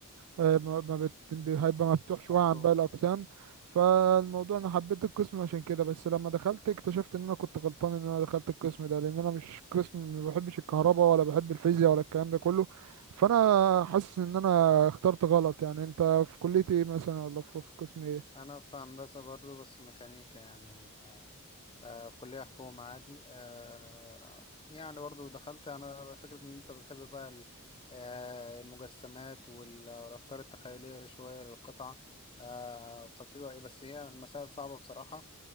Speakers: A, on the right (about 80°); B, on the left (about 25°).
A: آه، ما ما بت... هيبقى مفتوح شويه
B: مفتوح
A: عن باقي الاقسام فالموضوع انا حبيت القسم عشان كده بس لما دخلت اكتشفت ان انا كنت غلطان ان انا دخلت القسم ده لان انا مش قسم ما بحبش الكهرباء ولا بحب الفيزياء ولا الكلام ده كله فانا حاسس ان انا اخترت غلط يعني انت في كلية ايه مثلا ولا في في قسم ايه
B: انا في هندسه برضو بس ميكانيكا يعني آه آه في كليه حكومه عادي آه يعني برضو دخلت انا فكره ان انت بتحب بقى ال- آه المجسمات وال- والافكار التخيليه شويه للقطعه آه فبتبقى ايه، بس هي المسائل صعبه بصراحه